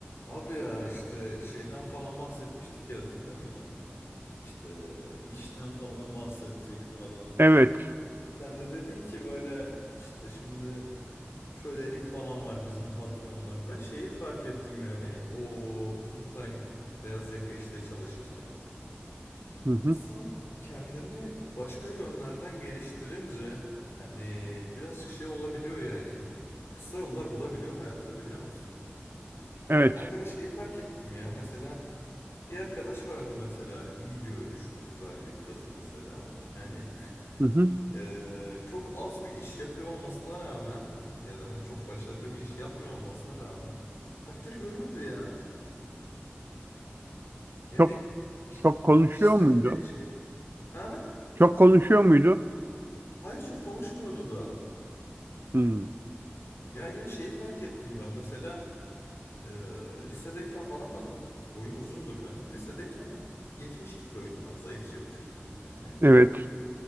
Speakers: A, on the left; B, on the right.
A: Abi ya işte şeyden falan bahsetmiştik ya hatırlıyor musun? İşte e, işten falan bahsettik falan.
B: Evet.
A: Sen de dedin ki böyle işte şimdi kölelik falan var bizim patronlar. Ben şeyi fark ettim yani o full time beyaz yaka işte çalışırken.
B: Hı
A: İnsan
B: hı.
A: kendini başka yönlerden geliştirince hani biraz şey olabiliyor yani. Kısa yollar bulabiliyor hayatta biliyor musun?
B: Evet.
A: Hani böyle şeyi fark ettim ya mesela Bir arkadaş vardı mesela iyi görünüşlü güzel bir kız mesela. Yani
B: Hı hı.
A: eee, çok az bir iş yapıyor olmasına rağmen ya da hani çok başarılı bir iş yapmıyor olmasına rağmen takdir görüyordu ya. Yani
B: Çok çok konuşuyor
A: kişisel
B: muydu?
A: gelişim ha?
B: Çok konuşuyor muydu?
A: Hayır çok konuşmuyordu da.
B: Hı.
A: Ya ya şeyi fark ettim ben mesela eee, lisedeyken falan ben boyum uzundur benim. Lisedeyken 70 kiloydum ben zayıfça bir çocuktum yani.
B: Evet.